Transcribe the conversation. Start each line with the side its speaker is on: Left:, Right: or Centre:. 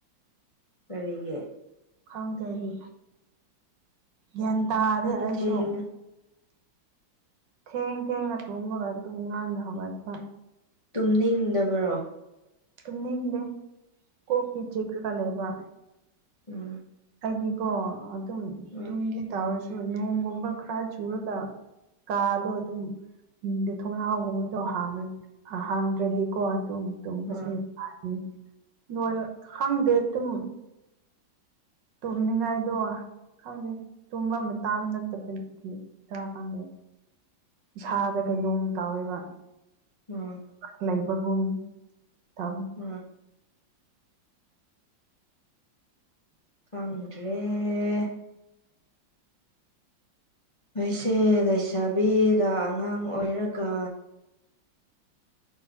Left: ꯀꯔꯤꯒꯤ
Right: ꯈꯪꯗ꯭ꯔꯦꯗꯤ ꯒ꯭ꯌꯥꯟ ꯇꯥꯔꯗꯤ
Left: ꯅꯪꯗꯤ
Right: ꯑꯩꯁꯨ
Left: ꯊꯦꯡꯉꯦ
Right: ꯊꯦꯡ ꯊꯦꯡ ꯑꯇꯨꯝꯃꯒ ꯑꯗꯨꯝ ꯉꯥꯟꯟꯅ ꯍꯧꯒꯠꯄ
Left: ꯇꯨꯝꯅꯤꯡꯗꯕꯔꯣ
Right: ꯇꯨꯝ ꯅꯤꯡꯗꯦ ꯀꯣꯛꯀꯤ ꯆꯦꯛ ꯀꯩꯀꯥ ꯂꯩꯕ
Left: ꯎꯝ
Right: ꯍꯥꯏꯗꯤꯀꯣ ꯑꯗꯨꯝ
Left: ꯎꯝ
Right: ꯇꯨꯡꯒꯤ ꯇꯥꯔꯁꯨ ꯅꯣꯡꯒꯨꯝꯕ ꯈꯔ ꯆꯨꯔꯒ ꯀꯥꯗ ꯑ ꯑꯗꯨꯝ ꯊꯣꯡꯅꯥꯎꯒꯨꯝꯕꯗꯣ ꯍꯥꯡꯗ꯭ꯔꯗꯤꯀꯣ ꯑꯗꯨꯝ ꯑꯗꯨꯕꯁꯨ
Left: ꯎꯝ
Right: ꯌꯥꯅꯤꯣꯏ ꯈꯪꯗꯦ ꯑꯗꯨꯝ ꯇꯨꯝꯅꯤꯡꯉꯥꯏꯗꯣ ꯈꯪꯗꯦ ꯇꯨꯝꯕ ꯑꯃ ꯇꯥ ꯑꯃ ꯅꯠꯇꯕꯒꯤ ꯗꯔ ꯈꯪꯗꯦ ꯏꯁꯥꯗ ꯀꯩꯅꯣꯝ ꯇꯥꯎꯋꯦꯕ
Left: ꯎꯝ
Right: ꯂꯩꯕꯒꯨꯝ ꯇ
Left: ꯎꯝ ꯑꯗꯨꯗꯔꯤ ꯃꯣꯏꯁꯦ ꯂꯩꯁꯥꯕꯤꯒ ꯑꯉꯥꯡ ꯑꯣꯏꯔꯒ